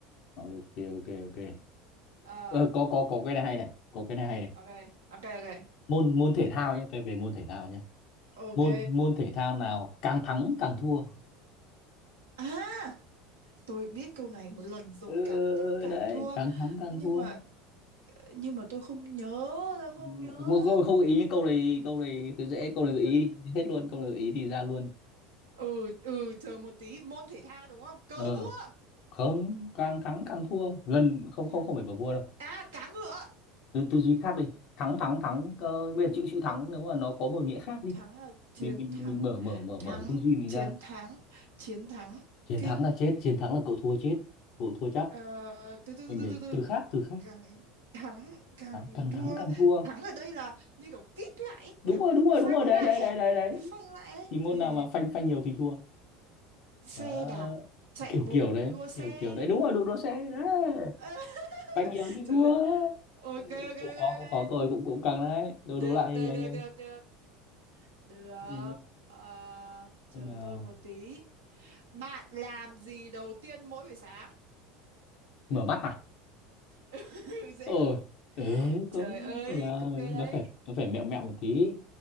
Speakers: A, on the left; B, on the right.
A: ok ok ok
B: ờ
A: ờ, có có có cái này hay này có cái này hay này
B: ok ok ok
A: môn môn thể thao nhé cái về môn thể thao nhé
B: ok
A: môn môn thể thao nào càng thắng càng thua
B: à tôi biết câu này một lần rồi
A: ừ,
B: càng thắng càng
A: đấy
B: thua
A: càng thắng càng
B: nhưng
A: thua
B: mà nhưng mà tôi không nhớ tôi không
A: Ừ,
B: nhớ
A: một câu không gợi ý câu này câu này cứ dễ câu này gợi ý
B: tôi...
A: thì hết luôn câu này gợi ý thì ra luôn
B: ừ ừ chờ một tí môn thể thao đúng không cờ
A: ờ
B: vua
A: không càng thắng càng thua gần không
B: càng
A: không không phải cầu vua đâu
B: à cá ngựa
A: tư tư duy khác đi thắng thắng thắng ờ, bây giờ chữ chữ thắng nếu mà nó có một nghĩa khác đi
B: thắng là chiến
A: mình mình
B: thắng
A: mình mở mở mở mở
B: thắng
A: tư duy mình
B: chiến
A: ra
B: thắng chiến thắng
A: chiến
B: kinh
A: thắng là chết chiến thắng là cậu thua chết cậu thua chắc
B: ờ, từ từ
A: mình
B: từ từ
A: phải
B: từ từ
A: từ khác từ khác
B: càng thắng càng
A: thắng càng
B: thua
A: thắng càng thua
B: thắng ở đây là như kiểu kít lại ấy,
A: đúng
B: kiểu
A: rồi
B: kiểu
A: đúng rồi
B: phanh
A: đúng rồi đấy
B: lại
A: đấy
B: ấy,
A: đấy đấy đấy
B: phanh lại ấy.
A: thì môn
B: thì
A: nào mà phanh phanh nhiều thì thua
B: xe
A: Đó.
B: đạp chạy
A: kiểu
B: bộ
A: kiểu đấy
B: đua xe
A: kiểu kiểu đấy đúng rồi đụ đua xe đấy
B: Ơ, <laughs>
A: banh nhiều thì
B: trời
A: thua
B: ơi. ok
A: Ừ,
B: ok ok
A: cũng khó cũng
B: ok
A: khó cười cũng cũng căng đấy đấu
B: được
A: đấu lại
B: được
A: đi, nghe
B: được
A: nghe
B: được được được
A: ừ.
B: Ờ, chờ
A: thế nào
B: tôi một tí bạn làm gì đầu tiên mỗi buổi sáng
A: mở mắt à
B: <laughs> dễ
A: ờ
B: quá nhỉ
A: ừ
B: trời
A: cũng
B: ơi
A: thế nào
B: cũng ghê đấy
A: nó phải nó phải mẹo mẹo một tí